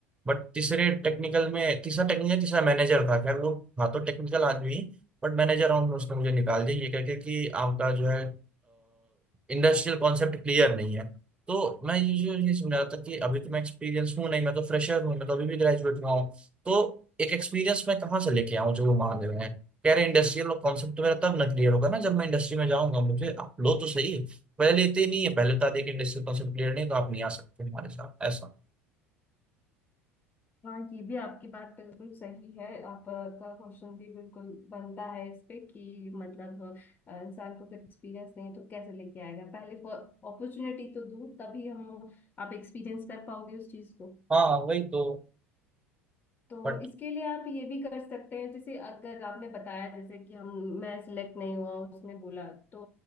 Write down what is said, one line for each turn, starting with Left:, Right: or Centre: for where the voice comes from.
Right: बट तीसरे टेक्निकल में तीसरा टेक्निकल तीसरा मैनेजर था खैर वो था तो टेक्निकल आदमी बट मैनेजर राउंड में उसने मुझे निकाल दिया ये कह के कि आपका जो है इंडस्ट्रियल कॉन्सेप्ट क्लियर नहीं है तो मैं ये ये ये समझ रहा था कि अभी तो मैं एक्सपीरियंस हूँ नहीं मैं तो फ्रेशर हूँ मैं तो अभी भी ग्रेजुएट हुआ हूँ तो एक एक्सपीरियंस मैं कहाँ से लेके आऊँ जो वो मांग रहे हैं कह रहे इंडस्ट्रियल कॉन्सेप्ट तो मेरा तब ना क्लियर होगा ना जब मैं इंडस्ट्री में जाऊंगा मुझे आप लो तो सही पहले लेते ही नहीं है पहले बता दे कि इंडस्ट्रियल कॉन्सेप्ट क्लियर नहीं है, तो आप नहीं आ सकते हमारे साथ ऐसा
Left: हाँ ये भी आपकी बात बिल्कुल सही है आपका क्वेश्चन भी बिल्कुल बनता है इस पे कि मतलब अ, इंसान को अगर एक्सपीरियंस नहीं है तो कैसे लेके आएगा पहले अपॉर्चुनिटी तो दूर तभी हम आप एक्सपीरियंस कर पाओगे उस चीज को
Right: हाँ वही तो
Left: तो
Right: बट
Left: इसके लिए आप ये भी कर सकते हैं जैसे अगर आपने बताया जैसे कि हम मैं सिलेक्ट नहीं हुआ उसने बोला तो